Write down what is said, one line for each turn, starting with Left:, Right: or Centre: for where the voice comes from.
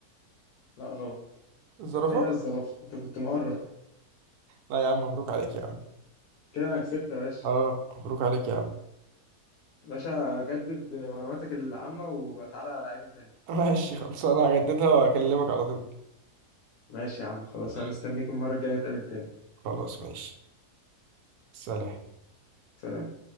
Left: لا غلط
Right: الزرافه
Left: هي الزرافة انت كنت مقرب
Right: لا يا عم مبروك عليك يا عم
Left: كده انا كسبت يا باشا
Right: اه مبروك عليك يا عم
Left: يا باشا جدد معلوماتك العامة وبقى تعالى لعبني تاني
Right: <laughs> ماشي خلاص انا هجددها واكلمك على طول
Left: ماشي يا عم خلاص
Right: ماشي
Left: انا مستنيك المرة الجاية نتقابل تاني
Right: خلاص ماشي سلام
Left: سلام